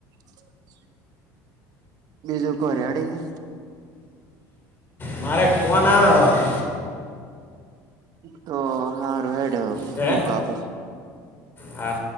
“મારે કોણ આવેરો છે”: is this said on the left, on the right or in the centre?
Left